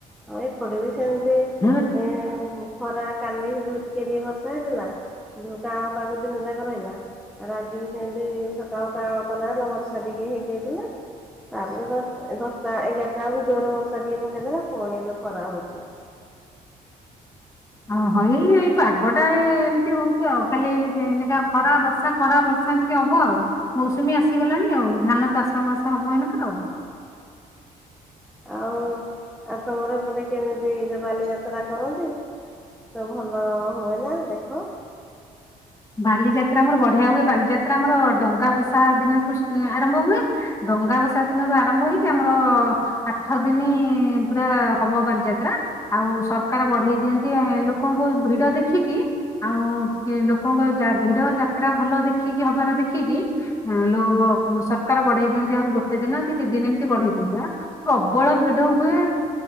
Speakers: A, in the centre; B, on the left.
A: ଆ ଏପଟେ ବି ସେମ୍ତି
B: <unintelligible>
A: ଏଁ ଖରା କାଲି କିନ୍ତୁ ଟିକେ-ଟିକେ ବର୍ଷା ହେଇଥେଲା। <unintelligible> ଆମ ପାଖ ଦିନ ଯାକ ରହିଲା। <unintelligible> ଆଜି ବି ସେମିତି ସକାଳୁ <unintelligible> ବର୍ଷା ଟିକେ ହେଇଯାଇଥିଲା। ତାପରେ ଦଶ୍ ଦଶଟା ଏଗାରଟା ବେଳୁକୁ ଜୋରେ ବର୍ଷା ଟିକେ ପକେଇଦେଲା ପୁଣି ଏବେ ଖରା ହଉଚି।
B: ଅ ହ ଏଇ-ଏଇ ପାଗ ଟା ଏମ୍ତି ହଉଚି ଆଉ, ଖାଲି <unintelligible> ଖରା ବର୍ଷା ଖରା ବର୍ଷା ସେମ୍ତି ହବ ଆଉ, ମୌସୁମୀ ଆସିଗଲାଣି ଆଉ ଧାନ ଚାଷ ବାସ ହବ ଏଇନାକା ଆଉ।
A: ଆଉ-ଆଉ ତମର ଏପଟେ କେମିତି ଏ ଯୋଉ ବାଲିଯାତ୍ରା କରନ୍ତି, ସବୁ ଭଲ ହୁଏନା ଦେଖ?
B: ବାଲିଯାତ୍ରା ଆମର ବଢିଆ ହୁଏ, ବାଲିଯାତ୍ରା ଆମର ଡଙ୍ଗା ଭସା ଦିନଠୁ ଆରମ୍ଭ ହୁଏ ଡଙ୍ଗା ଭସା ଦିନରୁ ଆରମ୍ଭ ହେଇକି ଆମର ଆଠ ଦିନି ପୁରା ହବ ବାଲିଯାତ୍ରା। ଆଉ ସରକାର ବଢେଇ ଦିଅନ୍ତି ଲୋକଙ୍କୁ ଭିଡ ଦେଖିକି, ଆଉ କି ଲୋ କଙ୍କ ଯା ଭିଡ ଯାତ୍ରା ଭଲ ଦେଖିକି ହବାର ଦେଖିକି ହୁଁ ଲୋ ବ ସରକାର ବଢେଇ ଦିଅନ୍ତି ଆହୁରି ଗୋଟେ ଦିନ କି ଦି ଦିନ୍ ଏମ୍ତି ବଢେଇ ଦିଅନ୍ତି, ଆ ପ୍ରବଳ ଭିଡ ହୁଏ